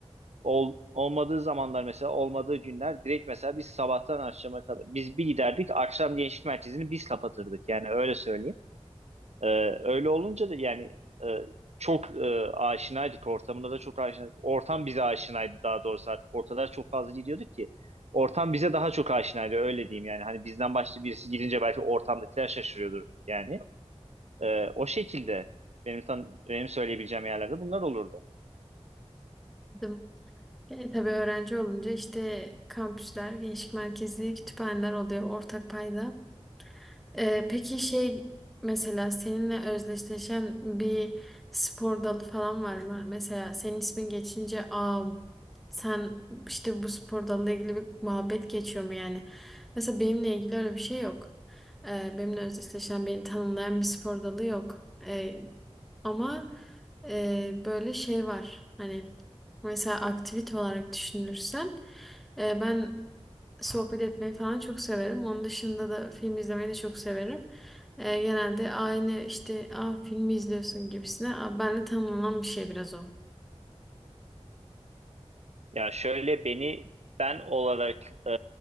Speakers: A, on the right; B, in the centre.
A: Ol, olmadığı zamanlar mesela olmadığı günler direkt mesela biz sabahtan akşama kadar biz bir giderdik akşam gençlik merkezini biz kapatırdık yani öyle söyleyeyim. Ee, öyle olunca da yani e, çok e, aşinaydık ortamında da çok aşinaydık. Ortam bize aşinaydı daha doğrusu artık ortada çok fazla gidiyorduk ki ortam bize daha çok aşinaydı öyle diyeyim yani hani bizden başka birisi gidince belki ortamdakiler şaşırıyordur yani. Ee, o şekilde benim tan benim söyleyebileceğim yerlerde bunlar olurdu.
B: Bizim- E, tabii öğrenci olunca işte kampüsler, gençlik merkezi, kütüphaneler oluyor ortak payda. Ee, peki şey mesela seninle özdeşleşen bir spor dalı falan var mı? Mesela senin ismin geçince aa sen işte bu spor dalıyla ilgili bir muhabbet geçiyor mu yani? Mesela benimle ilgili öyle bir şey yok. Ee, benimle özdeşleşen, beni tanımlayan bir spor dalı yok. Ee, ama e, böyle şey var. Hani mesela aktivite olarak düşünürsen e, ben sohbet etmeyi falan çok severim. Onun dışında da film izlemeyi de çok severim. Ee, genelde aynı işte Aa, filmi izliyorsun gibisine. Aa, ben de tamamlanan bir şey biraz o.
A: Ya şöyle beni ben olarak e,